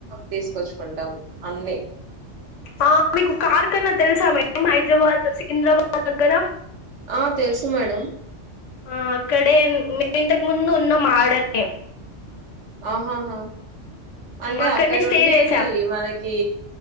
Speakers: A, on the right (about 70°); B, on the left (about 80°).
A: తీసుకొచ్చుకుంటాం అన్ని
B: ఆ మీకు కార్ కన్నా తెలుసా మేం హైదరాబాద్ సికింద్రాబాద్ దగ్గర
A: ఆ తెలుసు మేడం
B: ఆ అక్కడే ఇంతకు ముందు ఉన్న మడనే
A: ఆహాహా అంటే
B: అక్కడనే
A: అక్కడ
B: స్టే
A: నుండి
B: చేసాం
A: మనకి